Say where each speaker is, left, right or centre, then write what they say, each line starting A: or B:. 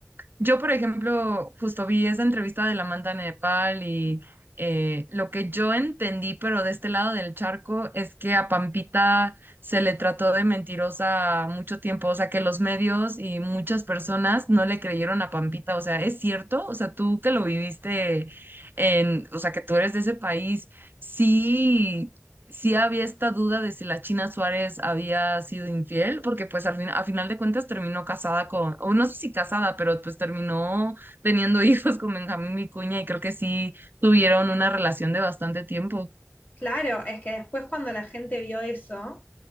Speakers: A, on the right; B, on the left.
A: yo, por ejemplo, justo vi esa entrevista de la Manta Nepal y eh, lo que yo entendí, pero de este lado del charco, es que a Pampita se le trató de mentirosa mucho tiempo, o sea, que los medios y muchas personas no le creyeron a Pampita, o sea, ¿es cierto? O sea, tú que lo viviste en, o sea, que tú eres de ese país, sí sí había esta duda de si la China Suárez había sido infiel, porque pues al fin, a final de cuentas terminó casada con, o no sé si casada, pero pues terminó teniendo <laughs> hijos con Benjamín Vicuña y creo que sí tuvieron una relación de bastante tiempo.
B: Claro, es que después cuando la gente vio eso,